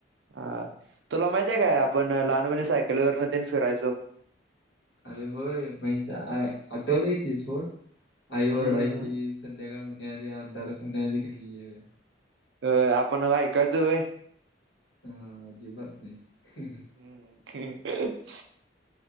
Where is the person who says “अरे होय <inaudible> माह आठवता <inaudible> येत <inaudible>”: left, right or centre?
Left